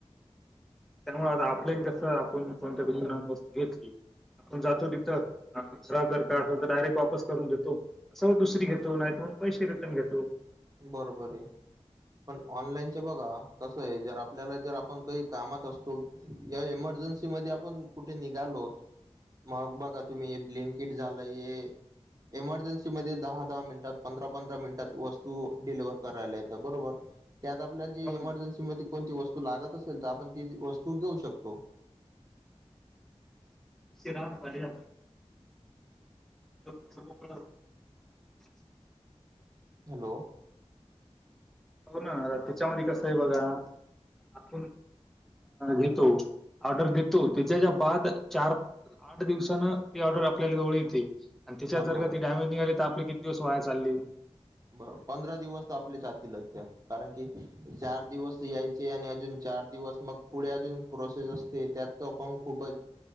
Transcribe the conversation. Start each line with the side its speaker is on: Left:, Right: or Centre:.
Centre: त्यामुळं अपल्यात कसं आपून कोणत्या तरी मुलाकडून घेतली. आपण जातो तिथं आणि खराब जर का असेल, तर डायरेक्ट वापस करून देतो, सेम दुसरी घेतो नाहीतर पण पैसे रिटर्न घेतो.
Right: बरोबर आहे पण ऑनलाईनचे बघा. कसं आहे जर आपल्याला जर आपण काही कामात असतो या इमर्जन्सीमध्ये आपण कुठे निघालो होत. मग बघा तुम्ही हे ब्लिनकिट झालंय हे इमर्जन्सीमध्ये दहा - दहा मिनिटात पंधरा -पंधरा मिनिटात वस जेवण करायला येतो बरोबर त्यात आपल्याला जे
Centre: हो
Right: इमर्जन्सी मध्ये कोणती वस्तू लागत असेल तर आपण ती वस्तू घेऊ शकतो.
Centre: शिरा पाली <unintelligible>
Right: हॅलो.
Centre: बघ ना त्याच्यामध्ये कसं आहे बघा. आपण घेतो ऑर्डर देतो त्याच्याच्या बाद चार आठ दिवसान ती ऑर्डर आपल्याला जवळ येते आणि त्याच्यात
Right: बरोबर
Centre: जर का
Right: आहे
Centre: ती डॅमेज निघाली तर आपले किती दिवस व्हाय चालली.
Right: बर पंधरा दिवस तर आपली जातीलच त्या कारण की चार दिवस यायचे आणि अजून चार दिवस मग पुढे अजून प्रोसेस असते त्यात त पण खूपच.